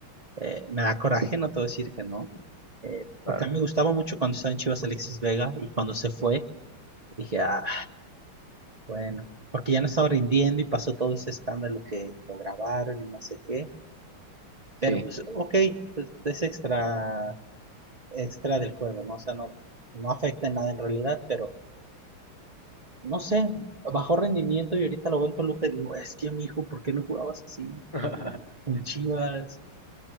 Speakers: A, on the right; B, on the left.
A: Eh, me da coraje, no te voy a decir que no.
B: Sí,
A: Eh,
B: claro,
A: porque a mí me gustaba mucho cuando estaba en Chivas Alexis Vega y cuando se fue, dije, ah, bueno, porque ya no estaba rindiendo y pasó todo ese escándalo que lo grabaron y no sé qué. Pero
B: sí.
A: pues, ok, pues, es extra extra del juego, ¿no? O sea, no, no afecta en nada en realidad, pero no sé, bajó rendimiento y ahorita lo veo en Toluca y digo, es que mi hijo, ¿por qué no jugabas así?
B: <laughs>
A: Con Chivas.